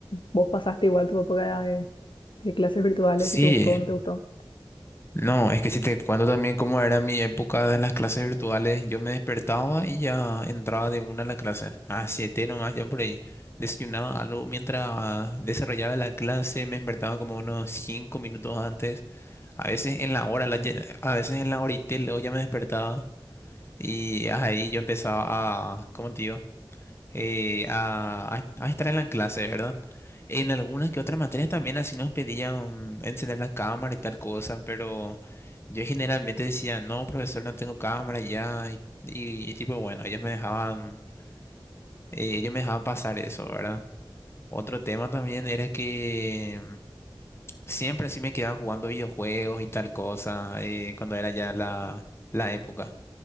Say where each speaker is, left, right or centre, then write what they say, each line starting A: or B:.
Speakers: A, on the left (about 65°); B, on the left (about 30°).
A: ¿Vos pasaste igual tu época de clases virtuales,
B: Sí,
A: si te gustó o no te gustó.
B: no, es que si te cuento también cómo era mi época de las clases virtuales, yo me despertaba y ya entraba de una a la clase. A siete nomás, yo por ahí desayunaba algo mientras desarrollaba la clase, me despertaba como unos cinco minutos antes, a veces en la hora, la ye- a veces en la horita y luego ya me despertaba y ahí yo empezaba a, ¿cómo te digo? eh, a, a- a estar en la clase, ¿verdad? En algunas que otras materias también así nos pedían encender la cámara y tal cosa, pero yo generalmente decía, no, profesor, no tengo cámara ya, y, y- y tipo, bueno, ellos me dejaban, eh, ellos me dejaban pasar eso, ¿verdad? Otro tema también era que mm, siempre así me quedaba jugando videojuegos y tal cosa, eh, cuando era ya la, la época.